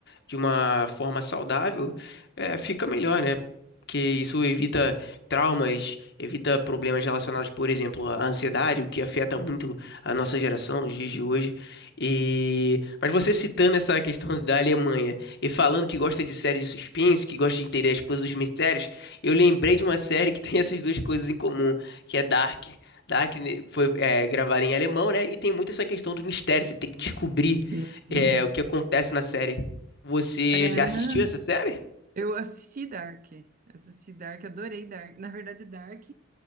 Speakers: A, on the left (about 55°); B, on the right (about 40°).
A: de uma forma saudável, é, fica melhor, né? Porque isso evita traumas, evita problemas relacionados, por exemplo, à ansiedade, o que afeta muito a nossa geração nos dias de hoje. E... Mas você citando essa questão da Alemanha e falando que gosta de série de suspense, que gosta de entender as coisas dos mistérios, eu lembrei de uma série que <laughs> tem essas duas coisas em comum, que é Dark. Dark né, foi é, gravada em alemão, né? E tem muito essa questão do mistério, você tem que descobrir
B: Sim.
A: é, o que acontece na série. Você
B: É,
A: já assistiu essa série?
B: Eu assisti Dark, assisti Dark, adorei Dark. Na verdade, Dark